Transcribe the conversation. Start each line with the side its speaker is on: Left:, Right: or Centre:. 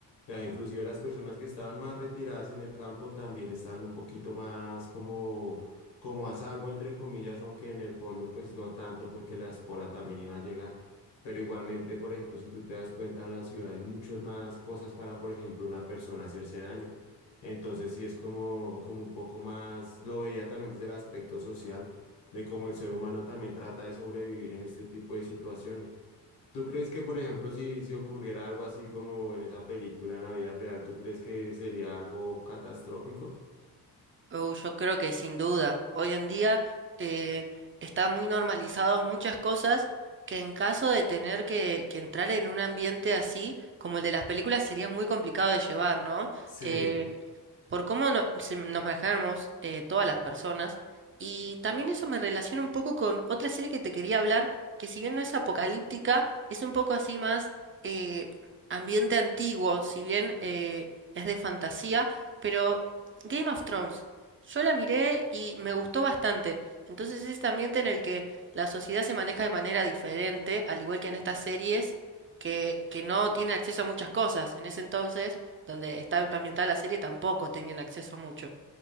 Left: O sea, inclusive las personas que estaban más retiradas en el campo también estaban un poquito más como, como a salvo, entre comillas, aunque en el fondo pues no tanto porque la espora también iba a llegar. Pero igualmente, por ejemplo, si tú te das cuenta en la ciudad hay muchas más cosas para, por ejemplo, una persona hacerse daño. Entonces sí es como, como un poco más, lo veía también desde el aspecto social, de cómo el ser humano también trata de sobrevivir en este tipo de situaciones. ¿Tú crees que, por ejemplo, si, si ocurriera algo así como en esa película en la vida real, ¿tú crees que sería algo catastrófico?
Right: Oh, yo creo que sin duda. Hoy en día eh, están muy normalizadas muchas cosas que en caso de tener que, que entrar en un ambiente así, como el de las películas, sería muy complicado de llevar, ¿no?
Left: Sí,
Right: Eh, por cómo no- se- nos manejamos eh, todas las personas. Y también eso me relaciona un poco con otra serie que te quería hablar, que si bien no es apocalíptica, es un poco así más eh, ambiente antiguo, si bien eh, es de fantasía, pero Game of Thrones, yo la miré y me gustó bastante. Entonces es este ambiente en el que la sociedad se maneja de manera diferente, al igual que en estas series, que, que no tienen acceso a muchas cosas. En ese entonces, donde está ambientada la serie, tampoco tenían acceso a mucho.